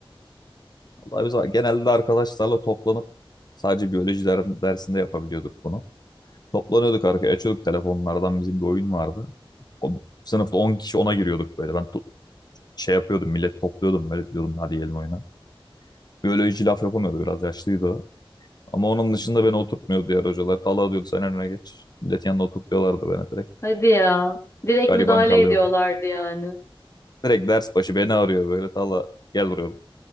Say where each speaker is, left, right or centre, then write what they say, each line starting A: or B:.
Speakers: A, on the left; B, on the left.
A: Vallahi biz genelde arkadaşlarla toplanıp sadece biyoloji der- dersinde yapabiliyorduk bunu. Toplanıyorduk arkaya açıyorduk telefonlardan bizim bir oyun vardı. O, sınıfta 10 kişi ona giriyorduk böyle. Ben to- şey yapıyordum millet topluyordum böyle diyordum hadi gelin oyuna. Biyoloji laf yapamıyordu biraz yaşlıydı o. Ama onun dışında beni oturtmuyordu diğer hocalar. Talha diyordu sen önüne geç. Millet yanına oturtuyorlardı beni direkt.
B: Hadi ya. Direkt
A: Gariban
B: müdahale
A: kalıyordu.
B: ediyorlardı yani.
A: Direkt ders başı beni arıyor böyle. Talha gel buraya. oğlum.